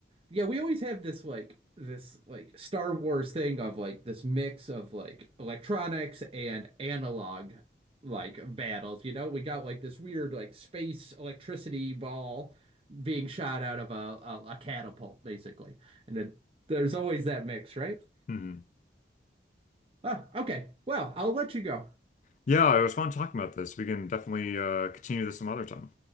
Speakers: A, on the right; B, on the left.
A: Yeah, we always have this like this like Star Wars thing of like this mix of like electronics and analog like battles, you know? We got like this weird like space electricity ball being shot out of a a, a catapult basically. And it, there's always that mix, right?
B: hmm
A: Oh, okay. Well, I'll let you go.
B: Yeah, it was fun talking about this. We can definitely uh, continue this some other time.